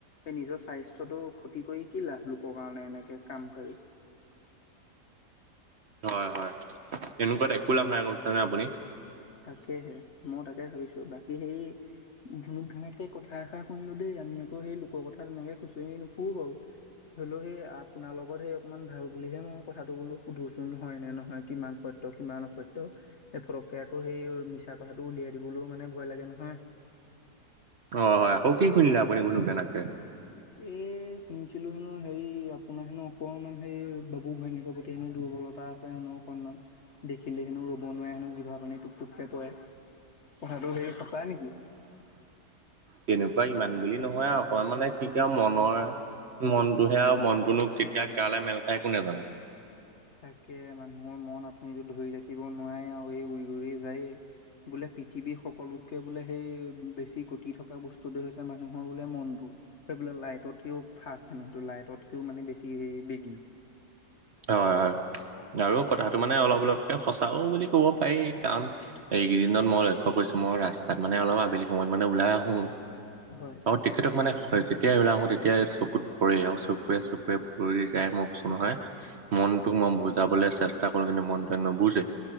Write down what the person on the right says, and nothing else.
হয়, হয়। এনেকুৱাত একো লাভ নাই, গম পাইছানে আপুনি?
অ' হয়, আকৌ কি শুনিলে আপুনি ঘুনুক ঘানাককে?
তেনেকুৱা ইমান বুলি নহয় আৰু অকনমান মানে কিটা মনৰ মনটোহে, আৰু মনটোনো কেতিয়া কালে মেল খাই কোনে জানে।
হয় হয়, আৰু কথাটো মানে অলপ অলপকে সঁচাও বুলি ক'ব পাৰি। কাৰণ এইকেইদিনত মই লক্ষ্য কৰিছোঁ, মই ৰাস্তাত মানে অলপ আবেলি সময়ত মানে ওলাই আহোঁ
আৰু তেখেতক মানে হয় যেতিয়াই ওলাই আহোঁ তেতিয়াই চকুত পৰেই আৰু চকুৱে চকুৱে পৰি যায় মই কৈছোঁ নহয়। মনটোক মই বুজাবলৈ চেষ্টা কৰোঁ কিন্তু মনটোৱে নুবুজে।